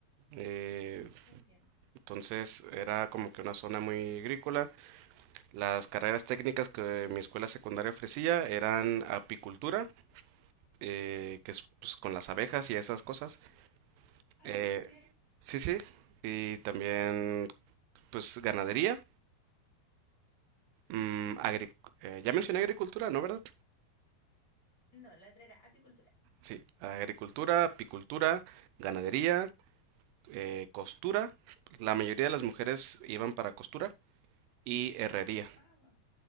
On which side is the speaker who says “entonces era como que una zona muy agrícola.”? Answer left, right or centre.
Right